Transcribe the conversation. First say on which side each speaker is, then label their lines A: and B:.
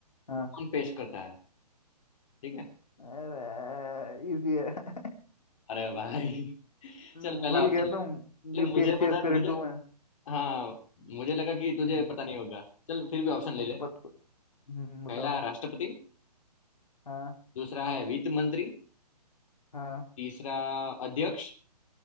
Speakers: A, on the left (about 80°); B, on the left (about 50°).
A: हाँ
B: कौन पेश करता है ठीक है
A: अरे इजी है
B: अरे भाई <laughs>
A: <laughs> भूल
B: चल पहला ऑप्शन
A: गया तुम
B: ले
A: यूपीएससी
B: मुझे पता
A: एस्पिरेंट
B: मुझे
A: हूँ
B: हाँ मुझे लगा कि तुझे
A: हम्म,
B: पता नहीं होगा चल फिर भी ऑप्शन ले
A: अब
B: ले
A: बत, हम्म, बताओ
B: पहला राष्ट्रपति
A: हाँ
B: दूसरा है वित्त मंत्री
A: हाँ
B: तीसरा अध्यक्ष